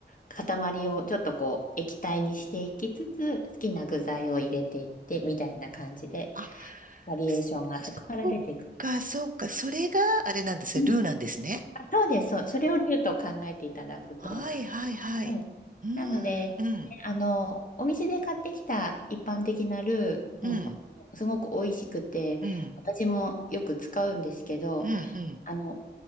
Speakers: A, on the left (about 45°); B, on the right (about 45°).
A: 塊をちょっとこう、液体にしていきつつ、好きな具材を入れていって、みたいな感じで、
B: あ、
A: バリエーションがそこから出てくる。
B: そそっか、そっか。それがあれなんですね。
A: うん
B: ルーなんですね。
A: あそうです、そう、それを竜と考えていただくと。
B: はいはいはい。
A: はい。
B: うーん、
A: なので、ね、
B: うん、
A: あの、お店で買ってきた一般的なルーもすごく美味しくて、
B: うん、うん、
A: 私もよく使うんですけど、
B: うん、うん。
A: あの、